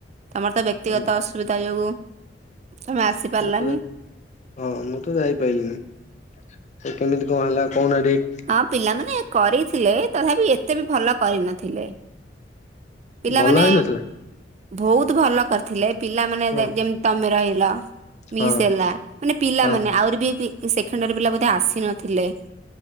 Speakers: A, on the right; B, on the left.
A: ତମର ତ ବେ କ୍ତିଗତ
B: ହୁଁ
A: ଅସୁବିଧା ଯୋଗୁ ତମେ ଆସିପାରିଲାନୀ।
B: ମୁଁ ତ ହଁ ମୁଁ ତ ଯାଇପାରିଲିନି କେମିତି କଣ ହେଲା କହୁନ ଟିକି
A: ହଁ ପିଲାମାନେ କରିଥିଲେ ତଥାପି ଏତେ ବି ଭଲ କରିନଥିଲେ। ପିଲାମାନେ
B: ଭଲ ହେଇନଥିଲା
A: ବହୁତ ଭଲ କରିଥିଲେ ପିଲାମାନେ
B: ହଁ
A: ଯେମତି ତମେ ରହିଲ ମିସ୍
B: ହଁ
A: ହେଲା ମାନେ ପିଲାମାନୋନେ
B: ହଁ
A: ଆହୁରି ବି ପି ସେଖେଣ୍ଡାର ପିଲା ବୋେ ଆସି ନଥିଲେ